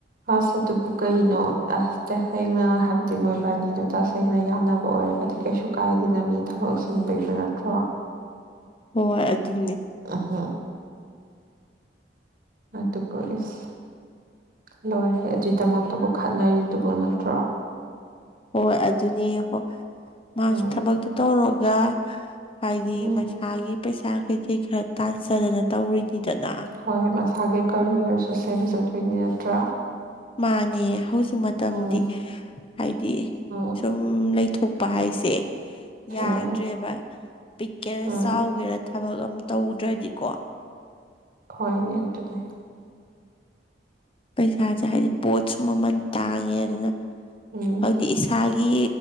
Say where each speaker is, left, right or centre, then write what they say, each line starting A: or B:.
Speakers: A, on the right (about 55°); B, on the left (about 30°).
A: ꯑꯁ ꯑꯗꯨꯕꯨ ꯀꯩꯅꯣ ꯑꯁ ꯇꯁꯦꯡꯅ ꯍꯥꯏꯕꯗꯤ ꯃꯣꯏꯕꯥꯅꯤꯗꯣ ꯇꯁꯦꯡꯅ ꯌꯥꯝ ꯅꯥꯕ ꯑꯣꯏꯔꯒꯗꯤ ꯀꯩꯁꯨ ꯀꯥꯏꯗꯦꯅ ꯃꯤ ꯊꯕꯛ ꯆꯤꯟꯕꯩ ꯅꯠꯇ꯭ꯔꯣ
B: ꯍꯣꯏ ꯑꯗꯨꯅꯤ
A: ꯎꯝꯍꯝ ꯑꯗꯨꯕꯨ ꯑꯁ ꯂꯣꯏꯈꯔꯦ ꯑꯗꯨꯏꯗꯃꯛꯇꯕꯨ ꯈꯠꯅꯔꯤꯗꯨꯕꯨ ꯅꯠꯇ꯭ꯔꯣ
B: ꯍꯣꯏ ꯑꯗꯨꯅꯦ ꯍꯣꯏ ꯃꯥꯁꯨ
A: ꯎꯝ
B: ꯊꯕꯛꯇꯨ ꯇꯧꯔꫭꯒ ꯍꯥꯏꯗꯤ
A: ꯎꯝ
B: ꯃꯁꯥꯒꯤ ꯄꯩꯁꯥ ꯀꯩ ꯀꯩ ꯈꯔ ꯇꯥꯟꯖꯗꯅ ꯇꯧꯔꯤꯅꯤꯗꯅ
A: ꯍꯣꯏ ꯃꯁꯥꯒꯤ ꯀꯔꯤꯅ ꯁꫭꯁꯦꯜ ꯆꯠꯄꯩ ꯅꯠꯇ꯭ꯔꯥ
B: ꯃꯥꯅꯦ ꯍꯧꯖꯤꯛ ꯃꯇꯝꯗꯤ
A: ꯎꯝ
B: ꯍꯥꯏꯗꯤ
A: ꯎꯝ
B: ꯁꯨꯝ ꯂꯩꯊꯣꯛ ꯄ ꯍꯥꯏꯁꯦ ꯌꯥꯗ꯭ꯔꯦꯕ
A: ꯎꯝ
B: ꯄꯤꯛꯀꯦꯔꯥ
A: ꯎꯝ
B: ꯆꯥꯎꯒꯦꯔ ꯊ ꯊꯕꯛ ꯑꯝ ꯇꯧꯗ꯭ꯔꯗꯤꯀꯣ
A: ꯍꯣꯏꯅꯦ ꯑꯗꯨꯒꯤ
B: ꯄꯩꯁꯥꯁꯦ ꯍꯥꯏꯗꯤ ꯄꯣꯠꯁꯨ ꯃꯃꯟ ꯇꯥꯡꯉꯦ ꯑꯗꯨꯅ
A: ꯎꯝ
B: ꯈꯪꯗꯦ ꯏꯁ ꯏꯁꯥꯒꯤ